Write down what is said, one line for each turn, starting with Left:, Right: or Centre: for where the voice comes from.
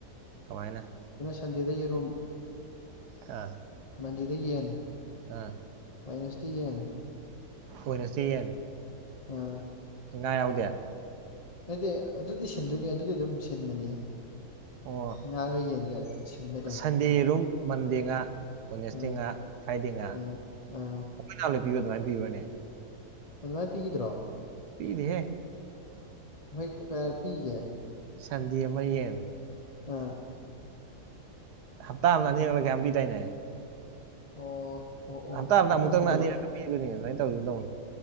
Right: ꯀꯃꯥꯏꯅ
Left: ꯁꯟꯗꯦꯗ ꯌꯦꯔꯨꯝ
Right: ꯑꯥ
Left: ꯃꯟꯗꯦꯗ ꯌꯦꯟ
Right: ꯑ
Left: ꯋꯥꯏꯅꯁꯇꯦ ꯌꯦꯟ
Right: ꯋꯦꯅꯁꯗꯦ ꯌꯦꯟ
Left: ꯑ
Right: ꯉꯥ ꯌꯥꯥꯎꯗꯦ
Left: ꯅꯗꯦ ꯑꯗꯨꯗꯤ ꯁꯤꯟꯗꯣꯏꯅꯤ ꯑꯗꯨꯗꯤ ꯑꯗꯨꯝ ꯁꯤꯟꯕꯅꯤꯍꯦ
Right: ꯑꯣ
Left: ꯉꯥꯒ ꯌꯦꯟꯒ ꯁꯤꯟꯕ ꯑꯗꯨꯝ
Right: ꯁꯟꯗꯦ ꯌꯦꯔꯨꯝ ꯃꯟꯗꯦ ꯉꯥ ꯋꯦꯗꯅꯦꯁꯗꯦ
Left: ꯑꯥ
Right: ꯉꯥ ꯐ꯭ꯔꯥꯏꯗꯦ ꯉꯥ
Left: ꯑꯥ ꯑꯥ
Right: ꯈꯣꯢ <unintelligible> ꯄꯤꯕ ꯗꯨꯃꯥꯏ ꯄꯤꯕ꯭ꯔꯅꯦ
Left: ꯑꯗꯨꯃꯥꯏ ꯄꯤꯒꯤꯗ꯭ꯔꯣ
Right: ꯄꯤꯗꯦꯍꯦ
Left: ꯍꯣꯏ ꯀ <unintelligible> ꯄꯤꯒꯦ
Right: ꯁꯟꯗꯦ ꯑꯃ ꯌꯦꯟ
Left: ꯑ
Right: ꯍꯞꯇꯥ ꯑꯃꯅ ꯑꯅꯤꯔꯛꯂ ꯀꯌꯥꯝ ꯄꯤꯗꯥꯏꯅꯦ
Left: ꯑꯣ ꯑꯣ ꯑꯣ
Right: ꯍꯞꯇꯥ ꯑꯝꯗ
Left: ꯑꯍꯨꯝꯂꯛ
Right: ꯑꯃꯨꯛꯇꯪꯂ
Left: ꯄꯤꯗꯕ
Right: ꯑꯅꯤꯔꯛꯂ ꯄꯤꯕꯅꯦ ꯑꯗꯨꯃꯥꯏ ꯇꯧꯒꯤꯒꯨꯝ ꯇꯧꯕꯅꯤ